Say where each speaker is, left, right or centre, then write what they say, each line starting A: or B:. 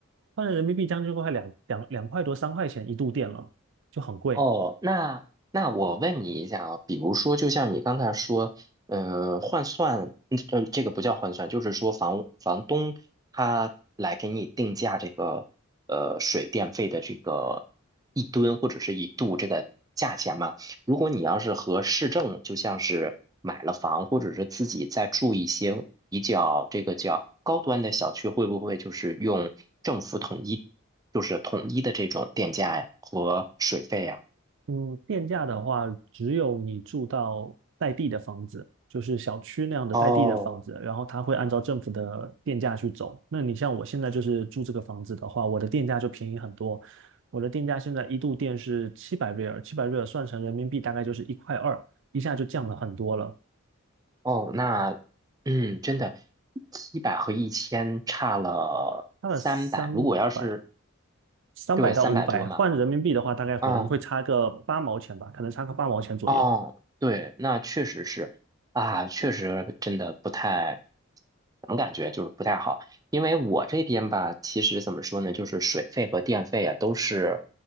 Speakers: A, on the right (about 60°); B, on the right (about 15°).
A: 换成人民币将近快两两两块多三块钱一度电了，就很贵。
B: 哦，那那我问你一下啊，比如说，就像你刚才说，嗯，换算，嗯，呃这个不叫换算，就是说房房东他来给你定价这个呃水电费的这个一吨或者是一度这个价钱嘛。如果你要是和市政，就像是买了房或者是自己在住一些比较这个叫高端的小区，会不会就是用政府统一，就是统一的这种电价呀和水费呀？
A: 嗯，电价的话，只有你住到带地的房子，就是小区那样的带地的房子，
B: 哦
A: 然后它会按照政府的电价去走。那你像我现在就是住这个房子的话，我的电价就便宜很多。我的电价现在一度电是七百瑞尔，七百瑞尔算成人民币大概就是一块二，一下就降了很多了。
B: 哦，那嗯，真的，七百和一千差了三百。
A: 差了三百，
B: 如果要是
A: 三百到五百，
B: 对三百多嘛，
A: 换人民币的话，大概可能会差个八毛钱吧，
B: 啊、
A: 可能差个八毛钱左右。
B: 哦，对，那确实是啊，确实真的不太，怎么感觉就是不太好，因为我这边吧，其实怎么说呢，就是水费和电费啊，都是